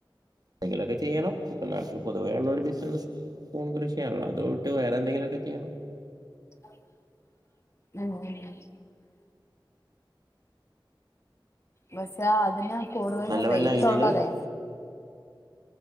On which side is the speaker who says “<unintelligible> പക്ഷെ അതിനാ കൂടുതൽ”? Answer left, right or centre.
Left